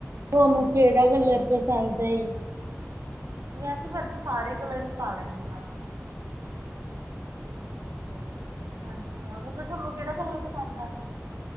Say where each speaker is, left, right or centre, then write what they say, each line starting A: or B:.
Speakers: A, on the right (about 60°); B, on the right (about 85°).
A: ਤੁਹਾਨੂੰ
B: ਹਾਂਜੀ।
A: ਕਿਹੜਾ ਕਲਰ ਪਸੰਦ ਐ ਈ
B: ਵੈਸੇ <unintelligible> ਸਾਰੇ ਕਲਰ ਹੀ ਪਾ ਲੈਨੀ ਆ
A: ਠੀਕ ਹੈ <unintelligible>
B: ਹਾਂਜੀ ਹਾਂ ਵੈਸੇ ਤੁਹਾਨੂੰ ਕਿਹੜਾ ਕਲਰ ਪਸੰਦ ਆ